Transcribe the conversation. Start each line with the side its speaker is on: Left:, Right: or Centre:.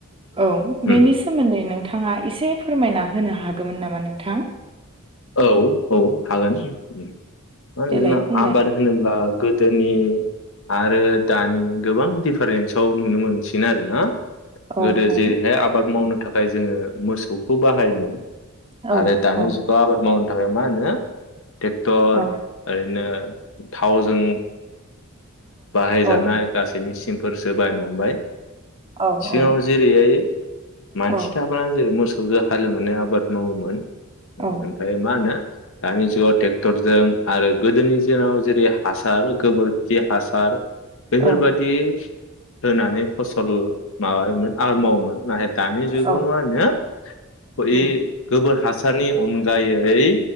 Right: औ बेनि
Left: उम
Right: सोमोन्दै नों नोंथाङा एसे फोरमायना होनो हागौमोन नामा नोंथां?
Left: औ औ हागोन ओम। मा होनो
Right: देलाय
Left: जोंना
Right: बुंलाय
Left: आबाद होनोब्ला गो दोनि आरो दानि गोबां दिफारेन्सआव नुनो मोनसिन आरो ना‌।
Right: औ
Left: गोदो
Right: औ
Left: जेरैहाय आबाद मावनो थाखाय जोङो मोसौखौ बाहायोमोन।
Right: औ
Left: आरो दानि
Right: औ
Left: जुगाव मावनो थाखाय मा होनो ट्रेक्टर
Right: औ
Left: ओरैनो थावजों बाहायजानाय
Right: औ
Left: गासै मेचिनफोरसो बायनो हमबाय
Right: औ
Left: सिगाङाव
Right: औ
Left: जेरैहाय मानसि
Right: औ
Left: थाबा जेरै मोसौ हालेवनानै आबाद मावोमोन।
Right: औ
Left: ओमफ्राय मा होनो दानि जुगाव ट्रेक्टर जों आरो गोदोनि जिनाव जेरै हासार गोबोरखि हासार बेफोरबादि
Right: औ
Left: दोनानै फसल माबायोमोन। आरो मावोमोन <unintelligible> दानि जुगाव
Right: औ
Left: मा होनो
Right: उम
Left: ए गोबोर हासारनि अनगायैै